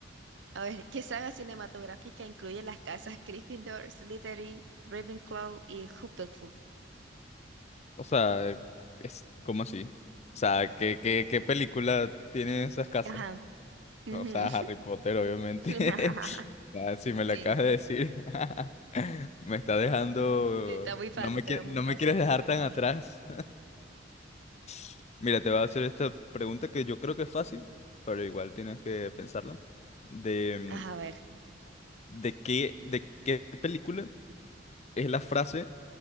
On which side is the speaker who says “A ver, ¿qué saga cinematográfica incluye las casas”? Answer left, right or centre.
Right